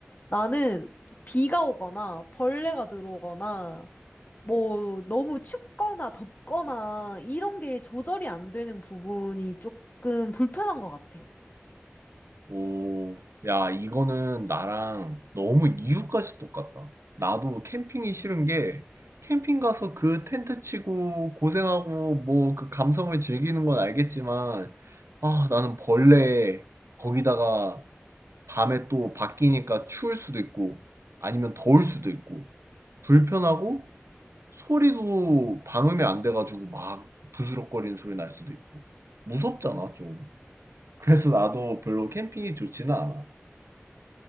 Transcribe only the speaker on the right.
오, 야, 이거는 나랑 너무 이유까지 똑같다. 나도 캠핑이 싫은 게 캠핑 가서 그 텐트 치고 고생하고 뭐 그 감성을 즐기는 건 알겠지만, 아, 나는 벌레 거기다가 밤에 또 바뀌니까 추울 수도 있고 아니면 더울 수도 있고 불편하고 소리도 방음이 안 돼 가지고 막 부스럭거리는 소리 날 수도 있고. 무섭잖아 좀. 그래서 나도 별로 캠핑이 좋지는 않아.